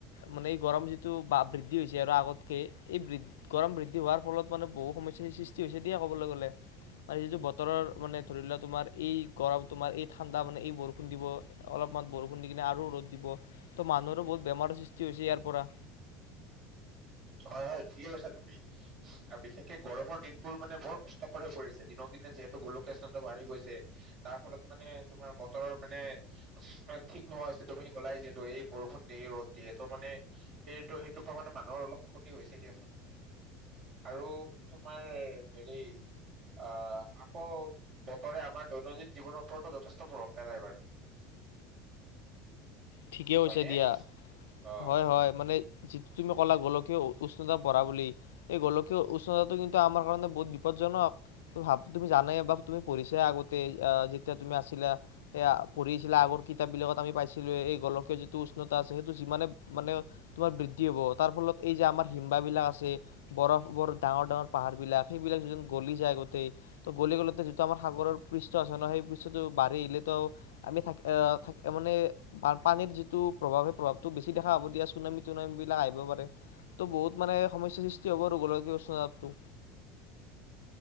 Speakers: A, on the left; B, on the right.
A: মানে এই গৰম যিটো বা বৃদ্ধি হৈছে আৰু আগত এই বৃ গৰম বৃদ্ধি হোৱাৰ ফলত মানে বহু সমস্যাৰ সৃষ্টি হৈছে দিয়ে কবলৈ গ'লে। আৰু যিটো বতৰৰ মানে ধৰি লোৱা তোমাৰ, এই গৰম তোমাৰ এই ঠাণ্ডা মানে এই বৰষুণ দিব অলপমান বৰষুণ দি কিনে আৰু ৰ'দ দিব ত' মানুহৰো বহুত বেমাৰৰ সৃষ্টি হৈছে ইয়াৰ পৰা।
B: হয় হয় ঠিকেই কৈছা তুমি বিশেষকে গৰমৰ দিনবোৰ মানে বৰ কষ্টকৰ হৈ পৰিছে দিনক দিনে যিহেতু গোলকীয়া উষ্ণতা বাঢ়ি গৈছে তাৰ ফলত মানে তোমাৰ বতৰৰ মানে ঠিক নোহোৱা হৈছে তুমি ক'লাই যিহেতু এই বৰষুণ দিয়ে ৰ'দ দিয়ে ত মানে সেইটো সেইটো পৰা মানে মানুহৰ অলপ, ক্ষতি হৈছে দিয়াচোন আৰু তোমাৰ হেৰি আহ আকৌ বতৰে আমাৰ দৈনন্দিন জীৱনৰ ওপৰতো যথেষ্ট প্ৰভাৱ পেলায় বাৰু,
A: ঠিকে কৈছে
B: হয়নে
A: দিয়া
B: অ
A: হয় হয় মানে। যিটো তুমি ক'লা গোলকীয় উষ্ণতা পঢ়া বুলি এই গোলকীয় উষ্ণতাটো কিন্তু আমাৰ কাৰণে বহুত বিপদজনক ভ তুমি জানে ব তুমি পঢ়িছা আগতে যেতিয়া তুমি আছিলা এয়া পঢ়ি আছিলা আগৰ কিতাপ বিলাকত আমি পাইছিলো, গোলকীয় যিটো উষ্ণতা আছে সেইটো যিমানে মানে, তোমাৰ বৃদ্ধি হব তাৰ ফলত এই যে আমাৰ হিম্ব বিলাক আছে বৰফ বৰ ডাঙৰ ডাঙৰ পাহাৰ বিলাক সেইবিলাক যি গলি যায় গোটেই ত গলি গ'লেতে যিটো আমাৰ সাগৰৰ পৃষ্ঠ আছে ন সেই পৃষ্ঠটো বাঢ়ি আহিলেতো আমি থাকি আহ থ মানে পানীৰ যিটো প্ৰভাৱ সেই প্ৰভাৱটো বেছি দেখা এতিয়া চুনামী তুনামি বিলাক আহিব পাৰে। তো বহুত মানে সমস্যা সৃষ্টি হ'ব আৰু গোলকীয় উষ্ণতা,